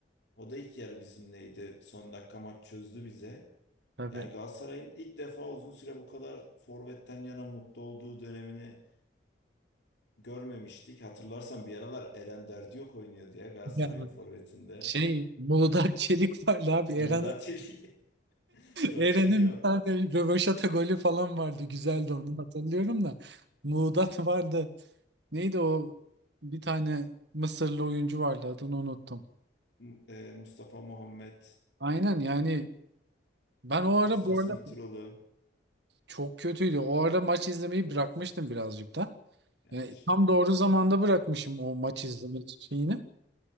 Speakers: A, on the left (about 65°); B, on the right (about 65°).
A: O da ilk yarı bizimleydi. Son dakika maç çözdü bize.
B: Tabii.
A: Yani Galatasaray'ın ilk defa uzun süre bu kadar forvetten yana mutlu olduğu dönemini görmemiştik. Hatırlarsan bir aralar Eren Derdiyok oynuyordu ya Galatasaray'ın
B: Yani
A: forvetinde.
B: şey <laughs> Muğdat Çelik vardı
A: <laughs>
B: abi
A: Muğdat
B: Eren
A: Çelik. <laughs> Doğru
B: Eren'in
A: söylüyorum.
B: bir tane röveşata golü falan vardı. Güzeldi onu hatırlıyorum da. Muğdat <laughs> vardı. Neydi o bir tane Mısırlı oyuncu vardı adını unuttum.
A: Mu- e, Mustafa Muhammed,
B: Aynen yani ben o
A: Kostas
B: ara bu arada
A: Mitroğlu.
B: çok kötüydü. O ara maç izlemeyi bırakmıştım birazcık da.
A: Yani
B: Yani
A: işte
B: tam doğru zamanda bırakmışım o maç izleme şeyini.